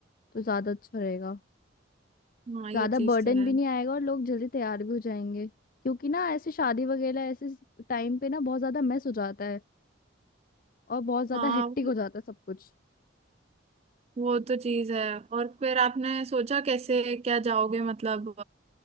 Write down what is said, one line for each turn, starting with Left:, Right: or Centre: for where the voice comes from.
Left: तो ज्यादा अच्छा रहेगा
Right: हाँ
Left: ज्यादा
Right: ये चीज
Left: बर्डन
Right: तो है
Left: भी नहीं आएगा और लोग जल्दी तैयार भी हो जाएंगे क्योंकि ना ऐसे शादी वगैरह ऐसे टाइम पे ना बहुत ज्यादा मेस हो जाता है और बहुत ज्यादा
Right: हाँ
Left: हेक्टिक हो जाता है सब कुछ
Right: वो तो चीज है और फिर आपने सोचा कैसे क्या जाओगे मतलब